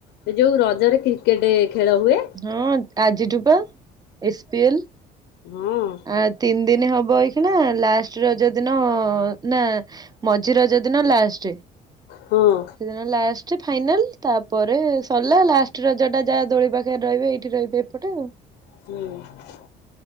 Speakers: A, on the left; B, on the right.
A: ସେ ଯୋଉ ରଜରେ କ୍ରିକେଟ ଖେଳ ହୁଏ
B: ହଁ ଆଜିଠୁପା ଏସ୍ ପି ଏଲ
A: ହଁ
B: ଆ ତିନି ଦିନ ହବ ହେଇଖିଣା ଲାଷ୍ଟ ରଜ ଦିନ ନା ମଝି ରଜ ଦିିନ ଲାଷ୍ଟ
A: ହଁ
B: ସେ ଦିନ ଲାଷ୍ଟ ଫାଇନାଲ ତାପରେ ସରିଲା ଲାଷ୍ଟ ରଜ ଟା ଯାହା ଦୋଳି ପାଖରେ ରହିବେ ଏଇଠି ରହିବେ ଏପଟେ ଆଉ
A: ହୁଁ